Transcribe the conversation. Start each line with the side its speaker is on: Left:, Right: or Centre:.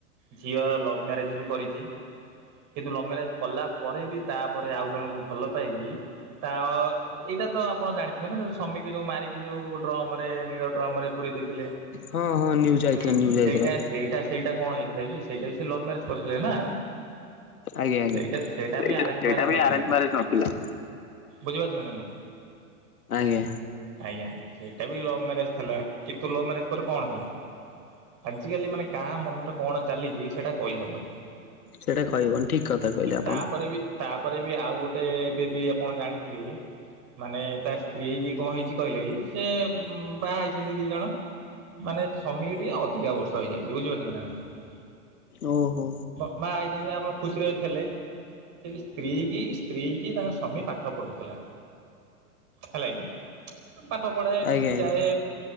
Right: ଝିଅ ଲଭ୍ ମ୍ୟାରେଜ୍ ବି କରିଚି। କିନ୍ତୁ ଲଭ୍ ମ୍ୟାରେଜ୍ କଲା ପରେ ବି ତାପରେ ଆଉ ଜଣଙ୍କୁ ଭଲ ପାଇକି ତା ଅ ଏଇଟା ତ ଆପଣ ଜାଣିଥିବେ ନା ଯୋଉ ସ୍ୱାମୀ କି ଯୋଉ ମାରିକି ଯୋଉ ଡ୍ରମ ରେ ନୀଳ ଡ୍ରମ ରେ ପୁରେଇ ଦେଇ ଥିଲେ।
Left: ହଁ ହଁ ନ୍ୟୁଜ ଆଇଥିଲା
Right: ହୁଁ
Left: ନ୍ୟୁଜ
Right: ସେଇଟା
Left: ଆଇଥିଲା
Right: ସେଇ ସେଇଟା ସେଇଟା କଣ ହେଇଥିଲା କି ସେଇଟା ବି ସେ ଲଭ ମ୍ୟାରେଜ୍ କରିଥିଲେ ନା।
Left: ଆଜ୍ଞା ଆଜ୍ଞା।
Right: ସେଇଟା
Left: ସେଇଟା
Right: ବି ଆରେଞ୍ଜ ମ୍ୟାରେଜ
Left: ବି
Right: ନଥିଲା
Left: ଆରେଞ୍ଜ ମ୍ୟାରେଜ୍ ନଥିଲା।
Right: ବୁଝିପାରୁଛନ୍ତି ନା ନାଇଁ?
Left: ଆଜ୍ଞା।
Right: ଆଜ୍ଞା। ସେଇଟା ବି ଲଭ୍ ମ୍ୟାରେଜ୍ ଥିଲା। କିନ୍ତୁ ଲଭ୍ ମ୍ୟାରେଜ୍ ଉପରେ କଣ ହେଲା। ଆଜିକାଲି ମାନେ କାହା ମନରେ କଣ ଚାଲିଚି ସେଟା କହିହବନି।
Left: ସେଟା କହିହବନି ଠିକ୍ କଥା କହିଲେ ଆପଣ।
Right: ତାପରେ ବି ତାପରେ ବି ଆଉ ଗୋଟେ ଏବେ ବି ଆପଣ ଜାଣିଥିବେ ମାନେ ତା ସ୍ତ୍ରୀ କି କଣ ହେଇଚି କହିଲେ କି ସେ ବାହା ହେଇଛନ୍ତି। ଦି ଜଣ, ମାନେ ସ୍ୱମି କି ଟିକେ ଅଧିକା ବର୍ଷ ହେଇଯାଇଚି। ବୁଝିପାରୁଛନ୍ତି ନା ନାଇଁ?
Left: ଓହୋ।
Right: ବାହା ହେଇଛନ୍ତି ଆପଣ ଖୁସିରେ ଥିଲେ। ହେଲେ ସ୍ତ୍ରୀ କି ସ୍ତ୍ରୀ କି ତାଙ୍କ ସ୍ୱାମୀ ପାଠ ପଢ଼ାଉଥିଲା। ହେଲା କିି। ପାଠ ପଢାଏ ନେଇକି
Left: ଆଜ୍ଞା ଆଜ୍ଞା
Right: ଯାଏ